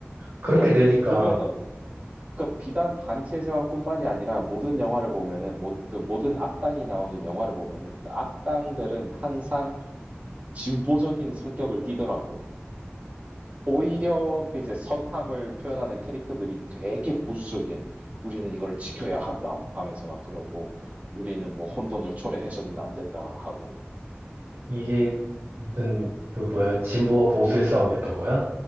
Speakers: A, on the right (about 75°); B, on the right (about 35°).
A: 그렇게
B: 근데
A: 되니까
B: 보면은 그 비단 반지의 제왕뿐만이 아니라 모든 영화를 보면은 모, 그 모든 악당이 나오는 영화를 보면은 그 악당들은 항상 진보적인 성격을 띠더라고. 오히려 그 이제 선함을 표현하는 캐릭터들이 되게 보수적인 우리는 이걸 지켜야 한다 하면서 막 그러고 우리는 뭐 혼돈을 초래해서는 안 된다 하고
A: 이게 무슨
B: 음.
A: 그 뭐야 진보와 보수의 싸움이었던 거야?